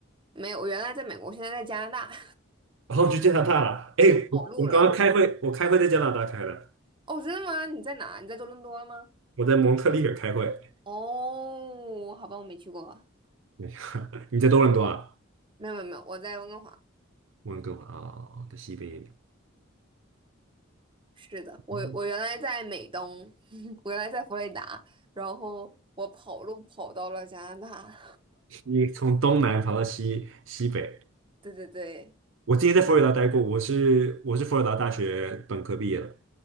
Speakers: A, on the right; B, on the right.
A: 没有，我原来在美国，我现在在加拿大，
B: 然后去加拿大了。
A: <laughs> 我已经跑路了。
B: 哎，我我刚刚开会，我开会在加拿大开的。
A: 哦，真的吗？你在哪？你在多伦多了吗？
B: 我在蒙特利尔开会，
A: 哦，好吧，我没去过。
B: <laughs> 你在多伦多啊？
A: 没有没有没有，我在温哥华。
B: 温哥华啊，哦在西边一点
A: 是的，我我原来在美东，
B: 嗯，
A: <laughs> 我原来在佛罗里达，然后我跑路跑到了加拿大。
B: 你从东南跑到西西北。
A: <laughs> 对对对，
B: 我之前在佛罗里达待过，我是我是佛罗里达大学本科毕业的。